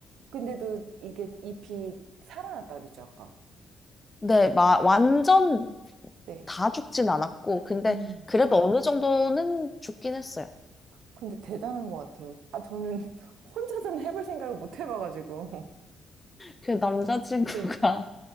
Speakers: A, on the right; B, on the left.
A: 근데도 이게 잎이 살아났다 그랬죠, 아까.
B: 네, 마, 완전
A: 네.
B: 다 죽진 않았고, 근데
A: 음.
B: 그래도 어느 정도는 죽긴 했어요.
A: 근데 대단한 것 같아요. 아, 저는 <laughs> 혼자서는 해볼 생각을 못 해봐가지고.
B: 그 남자친구가
A: 네,